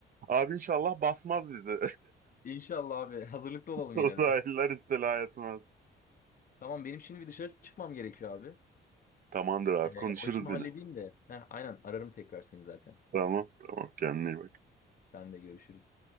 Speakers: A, on the right; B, on the left.
A: Abi inşallah basmaz bizi.
B: İnşallah abi. <laughs> Hazırlıklı olalım
A: <laughs> Uzaylılar
B: yine de.
A: istila etmez.
B: Tamam benim şimdi bir dışarı çıkmam gerekiyor abi.
A: Tamamdır abi,
B: Ee,
A: konuşuruz
B: o işimi
A: yine.
B: halledeyim de. Heh, aynen ararım tekrar seni zaten.
A: Tamam, tamam. Kendine iyi bak.
B: Sen de görüşürüz.